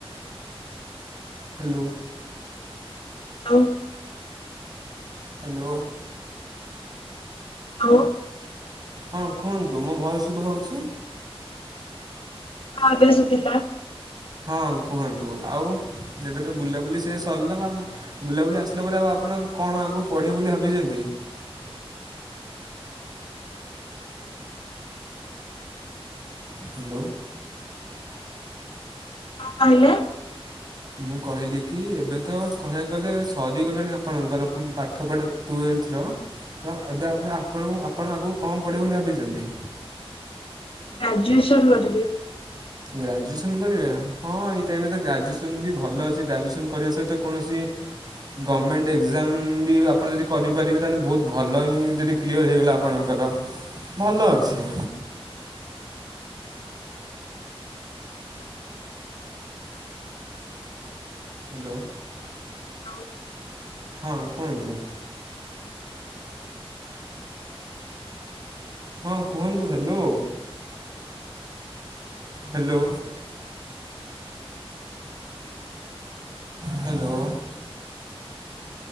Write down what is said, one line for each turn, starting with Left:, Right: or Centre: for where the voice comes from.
Right: ହ୍ୟାଲୋ
Left: ହଁ।
Right: ହ୍ୟାଲୋ
Left: ଆଉ ହଁ
Right: ହଁ କୁହନ୍ତୁ ମୋ ଭଏସ ଶୁଭା ହଉଛି?
Left: ହଁ ଏବେ ଶୁଭିଲା।
Right: ହଁ କୁହନ୍ତୁ ଆଉ ଏବେ ତ ବୁଲାବୁଲି ସିଏ ସରିଲା, ବୁଲାବୁଲି ଆସିଲା ପରେ ଆଉ ଆପଣ କଣ ଆଗକୁ ପଢ଼ିବେ ବୋଲି ଭାବିଛନ୍ତି? ହ୍ୟାଲୋ
Left: କଣ କହିଲେ?
Right: ମୁଁ କହିଲି କି ଏବେ ତ କହିବାକୁ ଗଲେ ସରିଗଲାଣି ଆପଣଙ୍କର ପାଠ ପଢା ଟୁଏଲଥ ର ତ ଏବେ ଆପଣ ଆପଣ ଆଗକୁ କଣ ପଢିବ ବୋଲି ଭାବିଛନ୍ତି?
Left: ଗ୍ରାଜୁଏସନ୍ କରିବି।
Right: ଗ୍ରାଜୁଏସନ୍ କରିବା, ହଁ ଏଇ ଟାଇମରେ ତ ଗ୍ରାଜୁଏସନ୍ ବି ଭଲ ଅଛି ଗ୍ରାଜୁଏସନ୍ କରିବା ସହିତ କୌଣସି ଗର୍ମେଣ୍ଟ ଏକ୍ଜାମ ବି ଆପଣ ଯଦି କରିପାରିବେ ତାହେଲେ ବହୁତ ଭଲ ହିଁ ଯଦି କ୍ଲିୟର ହେଇଗଲା ଆପଣଙ୍କର ଭଲ ଅଛି। ହ୍ୟାଲୋ।
Left: ହ୍ୟାଲୋ
Right: ହଁ କୁହନ୍ତୁ? ହଁ କୁହନ୍ତୁ ହ୍ୟାଲୋ। ହ୍ୟାଲୋ। ହ୍ୟାଲୋ